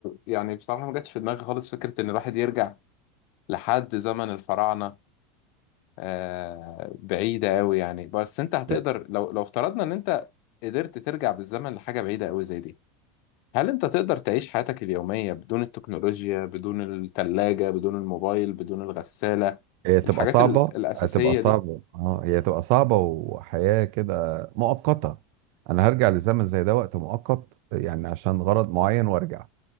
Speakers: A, on the left (about 60°); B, on the right (about 60°).
A: يعني بصراحة ما جاتش في دماغي خالص فكرة ان الواحد يرجع لحد زمن الفراعنة آه، بعيدة قوي يعني بس انت هتقدر
B: لا،
A: لو لو افترضنا ان انت قدرت ترجع بالزمن لحاجة بعيدة قوي زي دي هل انت تقدر تعيش حياتك اليومية بدون التكنولوجيا بدون التلاجة بدون الموبايل بدون الغسالة
B: هي تبقى
A: الحاجات
B: صعبة
A: ال- الأساسية
B: هتبقى صعبة
A: دي
B: اه هي تبقى صعبة وحياة كده مؤقتة انا هرجع لزمن زي ده وقت مؤقت يعني عشان غرض معين وارجع